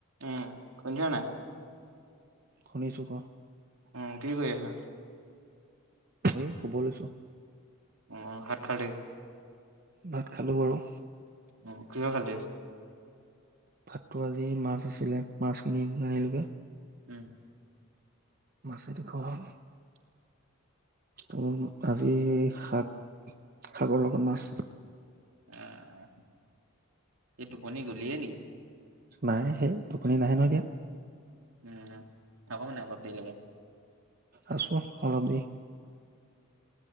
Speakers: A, on the right; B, on the right.
A: উম শুনিছ নাই
B: শুনিছোঁ, ক'।
A: উম, কি কৰি আছা?
B: এই শুব লৈছো।
A: অঁ, ভাত খালি?
B: ভাত খালোঁ বাৰু।
A: অঁ কিহে খালি আজি?
B: ভাতটো আজি মাছ আছিলে মাছ কিনি আনিলোগে।
A: উম্।
B: মাছেদি খোৱা হ'ল।
A: <inaudible>
B: ত', আজি শাক, শাকৰ লগত মাছ।
A: অ', এই টোপনি গলিয়ে নিকি?
B: নাই, সেই টোপুনি নাহে নহয় এতিয়া।
A: উম, থাকক মানে অলপ দেৰি লাগে।
B: আছো, অলপ দেৰি।